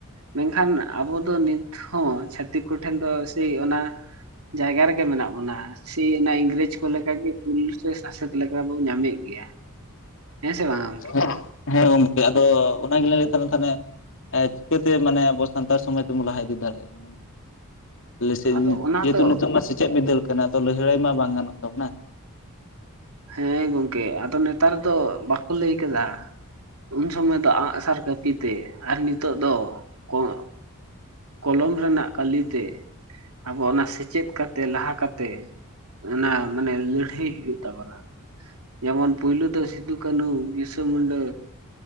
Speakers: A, on the right (about 80°); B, on the left (about 60°).
A: ᱢᱮᱱᱠᱷᱟᱱ ᱟᱵᱚ ᱫᱚ ᱱᱤᱛ ᱦᱚᱸ ᱪᱷᱟᱛᱤᱠ ᱠᱚᱴᱷᱮᱱ ᱫᱚ ᱥᱟᱹᱭ ᱚᱱᱟ ᱡᱟᱭᱜᱟ ᱨᱮᱜᱮ ᱢᱮᱱᱟᱜ ᱵᱚᱱᱟ᱾ ᱥᱮᱭ ᱚᱱᱟ ᱤᱝᱨᱮᱡᱽ ᱠᱚ ᱞᱮᱠᱟᱜᱮ ᱠᱩᱞ ᱥᱮ ᱥᱟᱥᱮᱛ ᱞᱮᱠᱟ ᱵᱚ ᱧᱟᱢᱮᱜ ᱜᱮᱭᱟ᱾ ᱦᱮᱸ ᱥᱮ ᱵᱟᱝᱼᱟ?
B: <unintelligible> ᱦᱮᱸ ᱜᱳᱢ ᱟᱫᱚ ᱚᱱᱟᱜᱮᱞᱮ ᱞᱟᱹᱭᱮ ᱛᱟᱦᱮᱱ ᱛᱟᱦᱞᱮ ᱪᱤᱠᱟᱹᱛᱮ ᱢᱟᱱᱮ ᱟᱵᱚ ᱥᱟᱱᱛᱟᱲ ᱥᱚᱢᱟᱡᱽ ᱫᱚᱵᱚᱱ ᱞᱟᱦᱟ ᱤᱫᱤ ᱫᱟᱲᱮᱭᱟᱜᱼᱟ? ᱞᱮᱥᱮᱜ
A: ᱟᱫᱚ ᱚᱱᱟ
B: ᱡᱮᱦᱮᱛᱩ
A: ᱫᱚ
B: ᱱᱤᱛᱚᱜ ᱢᱟ ᱥᱮᱪᱮᱫ ᱵᱤᱫᱟᱹᱞ ᱠᱟᱱᱟ ᱞᱟᱹᱲᱦᱟᱹᱭ ᱢᱟ ᱵᱟᱝ ᱜᱟᱱᱚᱜ ᱛᱟᱵᱚᱱᱟ᱾
A: ᱦᱮᱸ ᱜᱚᱢᱠᱮ ᱟᱫᱚ ᱱᱮᱛᱟᱨ ᱫᱚ ᱵᱟᱠᱚ ᱞᱟᱹᱭ ᱠᱟᱫᱟ᱾ ᱩᱱ ᱥᱚᱢᱚᱭ ᱫᱚ ᱟᱸᱜᱼᱥᱟᱨ ᱠᱟᱹᱯᱤ ᱛᱮ ᱟᱨ ᱱᱤᱛᱚᱜ ᱫᱚ ᱠᱚᱸᱜ ᱠᱚᱞᱚᱢ ᱨᱮᱱᱟᱜ ᱠᱟᱹᱞᱤ ᱛᱮ ᱟᱵᱚ ᱚᱱᱟ ᱥᱮᱪᱮᱫ ᱠᱟᱛᱮ ᱞᱟᱦᱟ ᱠᱟᱛᱮ ᱚᱱᱟ ᱢᱟᱱᱮ ᱞᱟᱹᱲᱦᱟᱹᱭ ᱦᱩᱭᱩᱜ ᱛᱟᱵᱚᱱᱟ ᱡᱮᱢᱚᱱ ᱯᱩᱭᱞᱚ ᱫᱚ ᱥᱤᱫᱩ ᱠᱟᱹᱱᱦᱩ ᱵᱤᱨᱤᱥᱟᱹ ᱢᱩᱱᱰᱟᱹ